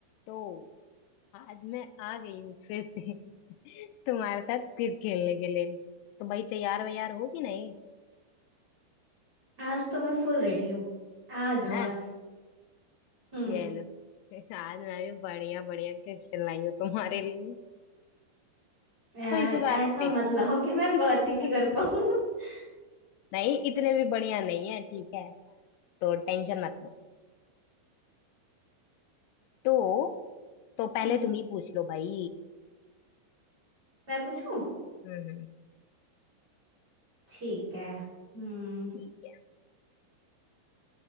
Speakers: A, on the left; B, on the right.
A: तो आज मैं आ गई हूँ फिर से <laughs> तुम्हारे साथ फिर खेलने के लिए तो भाई तैयार वैयार हो कि नहीं
B: आज तो मैं फुल रेडी हूँ आ जाओ
A: है
B: आज हम्म
A: चलो <laughs> आज मैं भी बढ़िया बढ़िया क्वेश्चन लाई हूँ तुम्हारे लिए
B: यार
A: तो इसी बात
B: ऐसा
A: पे
B: मत लाओ
A: <laughs>
B: कि मैं बात ही नहीं कर पाऊँ <laughs>
A: नहीं इतने भी बढ़िया नहीं है ठीक है तो टेंशन मत लो तो तो पहले
B: हम्म
A: तुम ही पूछ लो भाई
B: मैं पूछूं
A: हम्म हम्म,
B: ठीक है हम्म
A: ठीक है